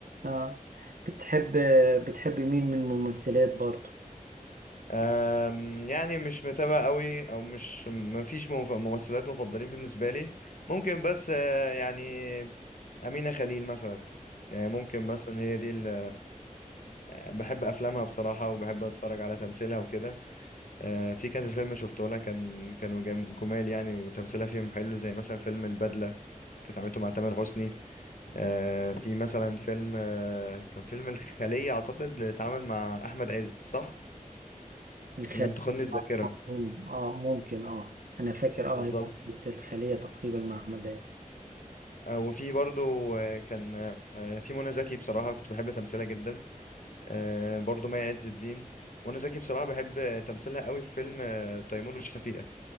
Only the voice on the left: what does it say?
أم، يعني مش متابع قوي او مش مفيش مف- ممثلات مفضلين بالنسبه لي ممكن بس آه، يعني امينه خليل مثلا يعني ممكن مثلا هي دي اللي بحب افلامها بصراحه وبحب اتفرج على تمثيلها وكده آه، في كذا فيلم شفته لها كان كانوا جم- جمال يعني وتمثيلها فيهم حلو زي مثلا فيلم البدله كانت عملته مع تامر حسني آه، في مثلا فيلم آه، كان فيلم الخليه اعتقد اللي اتعمل مع احمد عز صح
ان لم تخني الذاكره
بالظبط
آه، وفي برضو آه، كان آه، في منى زكي بصراحة كنت بحب تمثيلها جدا آه، برضو مي عز الدين منى زكي بصراحة بحب تمثيلها قوي في فيلم آه، تيمور وشفيقة